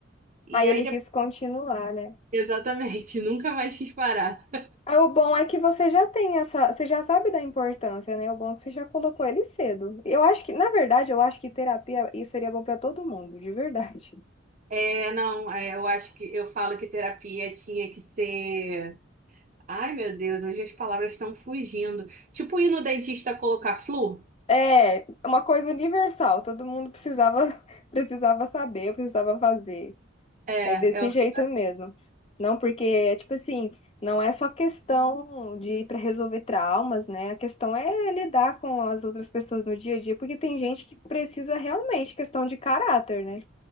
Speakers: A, on the right; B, on the left.
A: E
B: Aí
A: aí,
B: ele
A: de-
B: quis continuar, né?
A: exatamente, <laughs> nunca mais quis parar.
B: Aí o bom é que você já tem essa, você já sabe da importância, né? O bom é que você já colocou ele cedo. Eu acho que, na verdade, eu acho que terapia isso seria bom pra todo mundo, de verdade. <laughs>
A: É, não, é, eu acho que eu falo que terapia tinha que ser. Ai, meu Deus, hoje as palavras estão fugindo. Tipo ir no dentista colocar flu?
B: É, é uma coisa universal, todo mundo precisava <laughs> precisava saber, precisava fazer.
A: É,
B: É desse
A: é o
B: jeito
A: que.
B: mesmo. Não, porque é tipo assim, não é só questão de ir para resolver traumas, né? A questão é lidar com as outras pessoas no dia a dia, porque tem gente que precisa realmente questão de caráter, né?